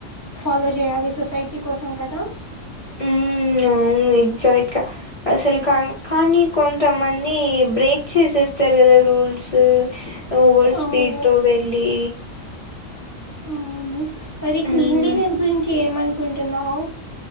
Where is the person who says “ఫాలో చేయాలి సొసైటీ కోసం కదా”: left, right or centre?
Right